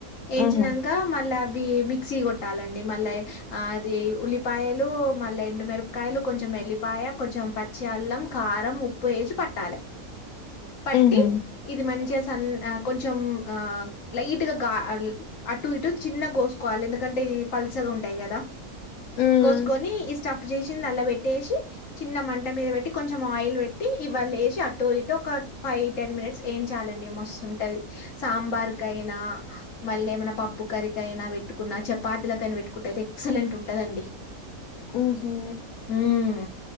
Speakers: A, on the left; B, on the left.
A: యేంచినంక
B: ఉహు
A: మళ్ళా అవీ మిక్సీ గొట్టాలండి మళ్ళ అదీ ఉల్లిప్ పాయలు మళ్ళ ఎండు మిరపకాయలు కొంచెం ఎల్లిపాయ కొంచెం పచ్చి అల్లం కారం ఉప్పు ఏసి పట్టాలె పట్టి
B: ఉహు
A: ఇది మంచిగస్ సన్ కొంచెం ఆ లైట్గ గా అటు ఇటు చిన్నగోసుకోవాలి ఎందుకంటే ఇది పల్సగుంటయి గదా
B: ఉమ్
A: కోసుకొని ఈ స్టఫ్ చేసిందల్ల బేట్టేసి చిన్న మంట మీద పెట్టి, కొంచెం ఆయిల్ పెట్టి ఇవళ్ళేసి అటు ఇటు ఒక ఫైవ్ టెన్ మినిట్స్ ఎయిమ్చాలండి మస్తుంటది సాంబార్ కైనా మళ్ళేమన పప్పు కరికయినా పెట్టుకున్నా చపాతిలక్ కని పెట్టుకుంటయితే ఎక్సలెంట్ ఉంటదండి.
B: ఉమ్ హు
A: ఉమ్